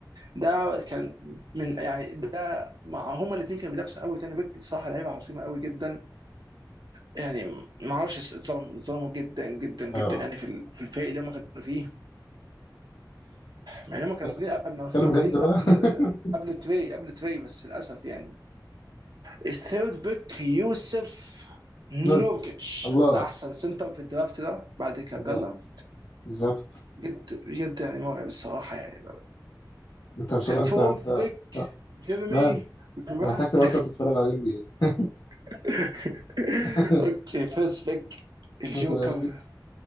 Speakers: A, on the right; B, on the left.
A: ده كان من يعني ده مع هما الاثنين كانوا بينافسوا قوي تاني بيك صراحه لعيبه عظيمه قوي جدا يعني ما اعرفش اتظلموا اتظلموا جدا جدا جدا
B: ايوه
A: يعني
B: والله
A: في ال- في الفريق اللي هم كانوا فيه مع ان هم كانوا
B: بس
A: موجودين أما كانوا
B: اتكلم
A: موجودين
B: جد بقى
A: قبل
B: <laughs>
A: قبل تري قبل تري بس للاسف يعني الثيرد بيك يوسف نوركيتش
B: نوركي الله
A: احسن سنتر في الدرافت ده بعد كابيلا
B: الله بالظبط
A: بجد بجد يعني مرعب الصراحه يعني
B: انت بصراحة
A: فورث
B: انت انت
A: بيك
B: آه،
A: جيرمي
B: نعم
A: جرانت
B: انت محتاج تبطل تتفرج على ام بي اي.
A: <laughs>
B: <laughs>
A: <applause> اوكي فيرست بيك الجوكر
B: نيكولا يوكيتش